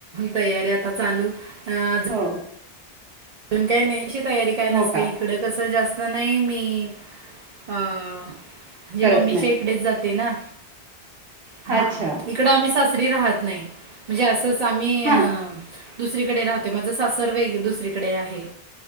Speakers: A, on the right; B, on the right.
A: तयारी आता चालू अं,
B: हो
A: अजून काय न्यायची तयारी काय
B: हो
A: नसते
B: का
A: इकडं कसं जास्त नाही मी अह म्हणजे
B: करत
A: मम्मीच्या
B: नाही
A: इकडेच जाते ना हा
B: अच्छा
A: इकडं आम्ही सासरी राहत नाही म्हणजे असंच आम्ही
B: हा
A: अह दुसरीकडे राहते माझं सासर दुसरीकडे आहे.